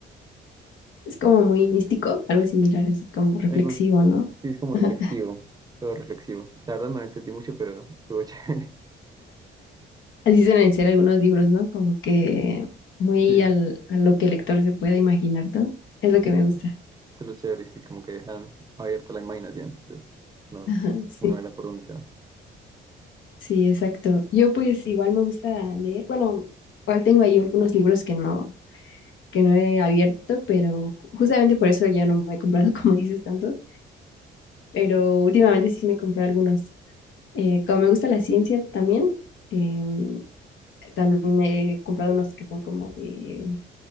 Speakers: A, on the left (about 75°); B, on the right (about 20°).
A: Es como muy místico, algo similar, así como reflexivo,
B: Es algo- sí,
A: ¿no?
B: es como
A: Ajá.
B: reflexivo, todo reflexivo. La verdad no lo entendí mucho, pero estuvo chévere. <laughs>
A: Así suelen ser algunos libros, ¿no? Como que muy
B: Sí,
A: al- a lo que el lector se pueda imaginar, ¿no? Es lo que
B: sí, eso
A: me
B: es,
A: gusta.
B: eso es lo chévere, sí, como que dejan abierta la imaginación. Entonces, uno,
A: Ajá, Sí,
B: uno verá por dónde se va.
A: sí, exacto. Yo pues igual me gusta leer. Bueno, igual tengo ahí algunos libros que no que no he abierto, pero justamente por eso ya no me he comprado, <laughs> como dices, tantos, pero últimamente sí me compré algunos. Eh, como me gusta la ciencia también, em, también he comprado unos que son como de,